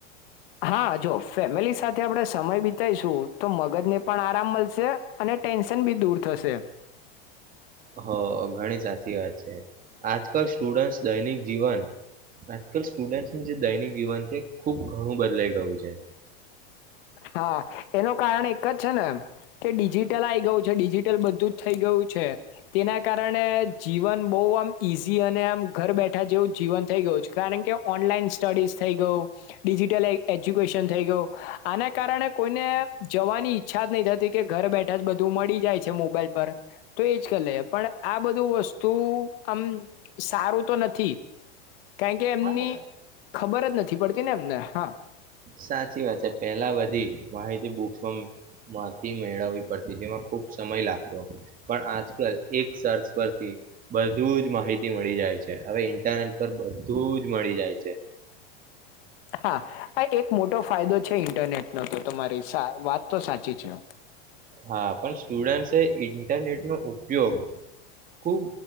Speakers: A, on the left; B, on the right.
A: હા જો ફેમિલી સાથે આપણે સમય બિતાઈશું તો મગજને પણ આરામ મળશે અને ટેન્શન બી દૂર થશે.
B: હ ઘણી સાચી વાત છે આજકાલ સ્ટુડન્ટસ દૈનિક જીવન આજકાલ સ્ટુડન્ટનું જે દૈનિક જીવન છે ખુબ ઘણું બદલાઈ ગયું છે.
A: હા એનો કારણ એક જ છે ને કે ડિજિટલ આ ગયું છે ડિજિટલ બધું જ થઈ ગયું છે તેના કારણે જીવન બહુ આમ ઈઝી અને આમ ઘર બેઠા જેવું જીવન થઈ ગયું છે કારણ કે ઓનલાઈન સ્ટડીઝ થઈ ગયું ડિજિટલ એજ્યુકેશન થઈ ગયું આના કારણે કોઈને જવાની ઈચ્છા જ નહી થતી કે ઘરે બેઠા જ બધું મળી જાય છે મોબાઈલ પર તો એજ કર લે પણ આ બધું વસ્તુ આમ સારું તો નથી કારણ કે એમની
B: હા
A: ખબર જ નથી પડતી ને એમને હા
B: સાચી વાત છે પેલા બધી માહિતી બુક્સમાં માંથી મેળવવી પડતી જેમાં ખુબ સમય લાગતો પણ આજકાલ એક સર્ચ પરથી બધું જ માહિતી મળી જાય છે હવે ઇન્ટરનેટ પર તું જ મળી જાય છે
A: હા આ એક મોટો ફાયદો છે ઇન્ટરનેટનો તો તમારી વાત તો સાચી જ ન
B: હા પણ સ્ટુડન્ટસે એ ઇન્ટરનેટ નો ઉપયોગ ખુબ